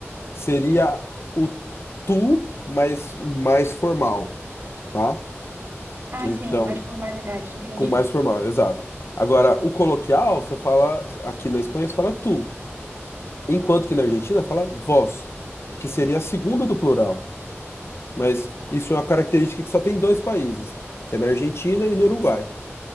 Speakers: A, on the left (about 60°); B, on the right (about 50°).
A: seria o tu, mas mais formal, tá?
B: Ah,
A: Então,
B: sim, mais formalidade, entendi.
A: com mais formal, exato. Agora, o coloquial, você fala, aqui na Espanha, você fala tu. Enquanto que na Argentina fala vós, que seria a segunda do plural. Mas isso é uma característica que só tem dois países, que é na Argentina e no Uruguai.